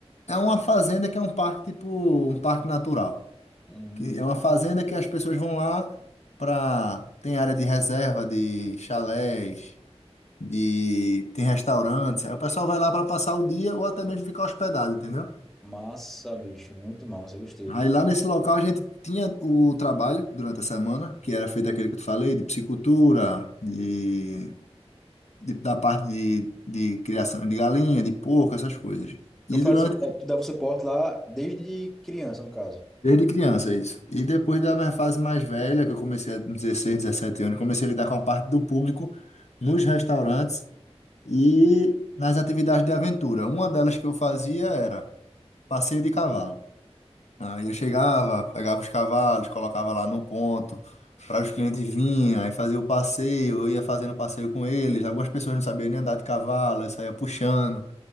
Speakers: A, on the left; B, in the centre.
A: É uma fazenda que é um parque tipo um parque natural,
B: Hum,
A: que é uma fazenda que as pessoas vão lá para tem área de reserva, de chalés, de tem restaurantes. Aí o pessoal vai lá para passar o dia ou até mesmo ficar hospedado, entendeu?
B: massa, bicho, muito massa, gostei.
A: Aí lá nesse local a gente tinha o trabalho durante a semana, que era feito aquele que eu te falei, de piscicultura, de, de- da parte de, de criação de galinha, de porco, essas coisas. E
B: Tu fazia,
A: durante
B: tu dava suporte lá desde criança, no caso.
A: Desde criança, isso. E depois da minha fase mais velha, que eu comecei com 16, 17 anos, comecei a lidar com a parte do público nos restaurantes e nas atividades de aventura. Uma delas que eu fazia era passeio de cavalo. Aí eu chegava, pegava os cavalos, colocava lá no ponto para os clientes virem, aí fazia o passeio, eu ia fazendo passeio com eles. Algumas pessoas não sabiam nem andar de cavalo, eu saía puxando.